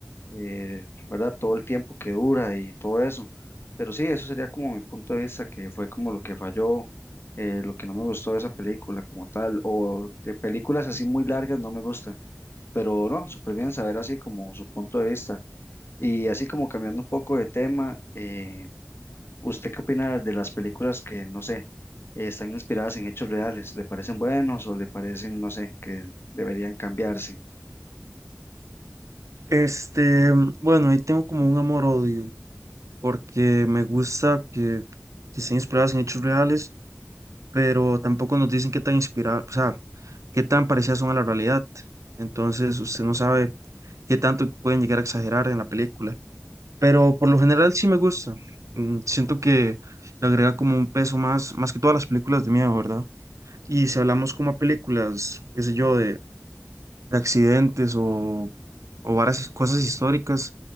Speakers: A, on the left; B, on the right.
A: eh, ¿verdad? Todo el tiempo que dura y todo eso. Pero sí, eso sería como mi punto de vista, que fue como lo que falló, eh, lo que no me gustó de esa película como tal, o de películas así muy largas no me gusta, pero no, súper bien saber así como su punto de vista. Y así como cambiando un poco de tema, eh, ¿usted qué opina de las películas que, no sé, eh, están inspiradas en hechos reales? ¿Le parecen buenos o le parecen, no sé, que deberían cambiarse?
B: Este, bueno, ahí tengo como un amor-odio, porque me gusta que, que estén inspiradas en hechos reales pero tampoco nos dicen qué tan inspirada, o sea, qué tan parecidas son a la realidad. Entonces, usted no sabe qué tanto pueden llegar a exagerar en la película. Pero por lo general sí me gusta. Mm, Siento que le agrega como un peso más, más que todas las películas de miedo, ¿verdad? Y si hablamos como a películas, qué sé yo, de accidentes o, o varias cosas históricas,